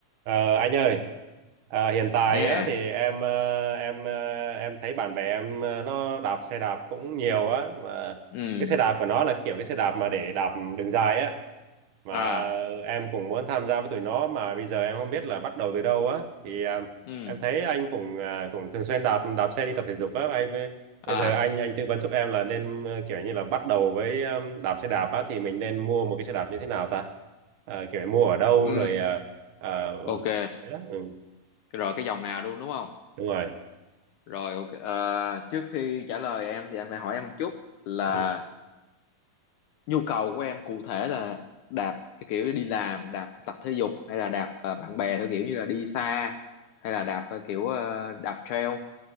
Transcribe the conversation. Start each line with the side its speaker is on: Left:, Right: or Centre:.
Right: Ờ, anh ơi, ờ, hiện tại
Left: nghe
Right: á, thì em ờ, em ờ, em thấy bạn bè em ờ, nó đạp xe đạp cũng nhiều á mà
Left: ừ
Right: cái xe đạp của nó là kiểu cái xe đạp mà để đạp đường dài á mà
Left: à
Right: em cũng muốn tham gia với tụi nó mà bây giờ em không biết là bắt đầu từ đâu á thì à,
Left: ừ
Right: em thấy anh cũng à, cũng thường xuyên đạp đạp xe đi tập thể dục á anh mới-
Left: à
Right: bây giờ anh anh tư vấn giúp em là nên ờ, kiểu như là bắt đầu với um, đạp xe đạp á thì mình nên mua một cái xe đạp như thế nào ta Ờ, kiểu mua ở đâu
Left: ừ
Right: rồi ờ, ờ, ừ,
Left: ok
Right: đấy đó, ừ,
Left: rồi cái dòng nào luôn đúng không
Right: đúng rồi
Left: rồi ok Ờ, trước khi trả lời em thì anh phải hỏi em một chút là
Right: Ừ.
Left: nhu cầu của em cụ thể là đạp theo kiểu đi làm đạp tập thể dục hay là đạp ờ, bạn bè theo kiểu như là đi xa hay là đạp ờ, kiểu ờ, đạp trail